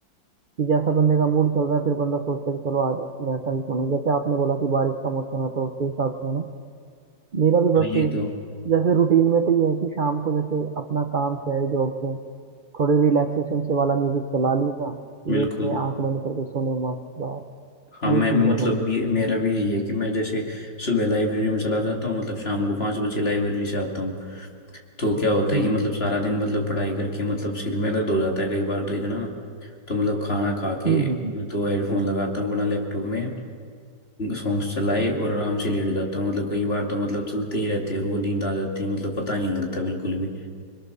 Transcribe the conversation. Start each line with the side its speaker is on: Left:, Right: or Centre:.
Right: कि जैसा बंदे का मूड चल रहा है फिर बंदा सोचता है कि चलो आज वैसा ही सुने जैसे आपने बोला कि बारिश का मौसम है तो उसके हिसाब से है ना मेरा भी बस
Left: हाँ ये
Right: फिर
Left: तो
Right: जैसे रूटीन में तो ये है कि शाम को जैसे अपना काम से आए जॉब से थोड़े रिलैक्सेशन से वाला म्यूजिक चला लिया
Left: बिल्कुल
Right: लेटे आंख बंद करके सोने मस्त बस
Left: हाँ मैं
Right: ये चीज़
Left: भी मतलब
Right: है भाई
Left: ये मेरा भी यही है कि मैं जैसे सुबह लाइब्रेरी में चला जाता हूँ मतलब शाम को पाँच बजे लाइब्रेरी से आता हूँ तो क्या होता है
Right: हम्म
Left: कि मतलब सारा दिन मतलब पढ़ाई करके मतलब सिर में दर्द हो जाता है कई बार तो इतना तो मतलब खाना खा के
Right: हम्म हम्म हम्म
Left: मैं तो हेडफोन लगाता हूँ अपना लैपटॉप में सॉन्ग्स चलाए
Right: हम्म।
Left: और आराम से लेट जाता हूँ मतलब कई बार तो मतलब चलते ही रहते हैं और वो नींद आ जाती है मतलब पता नहीं लगता बिल्कुल भी